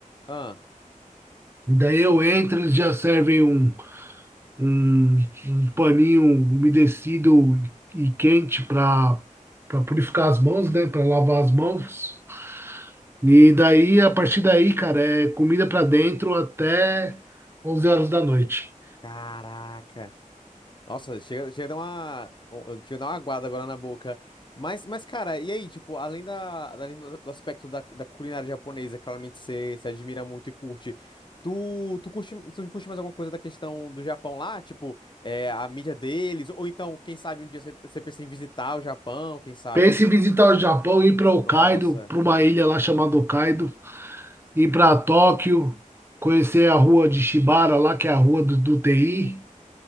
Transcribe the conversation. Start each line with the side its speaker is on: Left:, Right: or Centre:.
Left: Ah,
Right: Daí eu entro, eles já servem um, um, um paninho umedecido e quente para para purificar as mãos, né? Para lavar as mãos. E daí, a partir daí, cara, é comida para dentro até onze horas da noite.
Left: caraca! Nossa, chega, chega a dar uma. ô, ô, Chega a dar uma aguada agora na boca. Mas, mas, cara, e aí, tipo, além da, além do, do aspecto da, da culinária japonesa, claramente você se admira muito e curte. Tu, tu curte, tu curte mais alguma coisa da questão do Japão lá? Tipo, é, a mídia deles? Ou então, quem sabe um dia você você pensa em visitar o Japão, quem sabe?
Right: Pense em visitar o Japão, ir para Hokkaido,
Left: Nossa.
Right: para uma ilha lá chamada Hokkaido, ir para Tóquio, conhecer a rua de Shibara lá, que é a rua do, do TI,